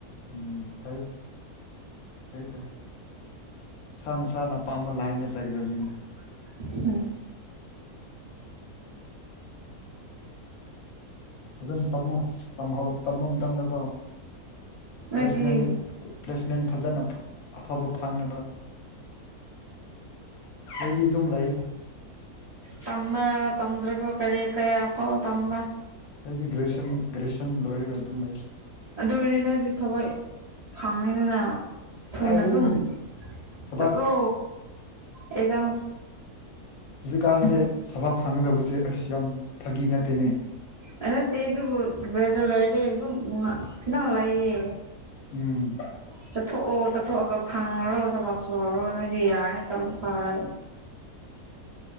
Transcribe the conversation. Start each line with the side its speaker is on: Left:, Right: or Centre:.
Left: ꯎꯝ ꯐꯩ ꯐꯥꯩ ꯐꯩ ꯅꯁꯥ ꯅꯁꯥꯅ ꯄꯥꯝꯕ ꯂꯥꯏꯟꯗ ꯆꯠꯗꯕꯅꯤꯅꯦ
Right: <unintelligible>
Left: ꯐꯖꯅ ꯇꯝꯃꯣ ꯇꯝꯍꯧ ꯇꯝꯕ ꯃꯇꯝꯗꯀꯣ
Right: ꯅꯣꯏꯗꯤ
Left: ꯄ꯭ꯂꯦꯁꯃꯦꯟ ꯄ꯭ꯂꯦꯁꯃꯦꯟ ꯐꯖꯅ ꯑꯐꯕ ꯐꯪꯅꯕ ꯑꯩꯗꯤ ꯗꯨꯝ ꯂꯩꯗ
Right: ꯇꯝꯕ ꯇꯝꯗ꯭ꯔꯕ꯭ꯔꯣ ꯀꯔꯤ ꯀꯔ ꯐꯥꯎ ꯇꯝꯕ
Left: ꯑꯩꯗꯤ ꯒ꯭ꯔꯦꯖꯨꯑꯌꯦꯁꯟ ꯒ꯭ꯔꯦꯖꯨꯑꯌꯦꯁꯟ ꯂꯣꯏꯔꯒ ꯑꯗꯨꯝ ꯂꯩꯌꯦ
Right: ꯑꯗꯨ ꯑꯣꯏꯔꯗꯤ ꯅꯣꯏꯗꯤ ꯊꯋꯣꯏ ꯐꯪꯉꯦꯗꯅ ꯊꯨꯅ
Left: ꯀꯥꯏꯗꯩꯅꯣꯍꯦ
Right: ꯑꯗꯨꯝ
Left: ꯊꯕꯛ
Right: ꯆꯠꯂꯣ ꯑꯦꯖꯥꯝ
Left: ꯍꯧꯖꯤꯛꯀꯥꯟꯖꯦ ꯊꯕꯛ ꯐꯪꯗꯕꯖꯦ ꯑꯁ ꯌꯥꯝ ꯐꯥꯒꯤ ꯅꯠꯇꯦꯅꯦ
Right: ꯑꯥ ꯅꯠꯇꯦ ꯑꯗꯨꯕꯨ ꯒ꯭ꯔꯦꯖꯣꯏꯠ ꯂꯣꯏꯔꯗꯤ ꯑꯗꯨꯝ ꯉ ꯈꯤꯇꯪ ꯂꯩꯌꯦ
Left: ꯎꯝ
Right: ꯆꯠꯊꯣꯛꯑꯣ ꯆꯠꯊꯣꯛꯑꯒ ꯐꯪꯉꯣꯔꯣ ꯊꯕꯛ ꯁꯨꯔꯨꯔꯣ ꯅꯣꯏꯗꯤ ꯌꯥꯔꯦ ꯇꯣꯂꯣꯞ ꯆꯥꯎꯔ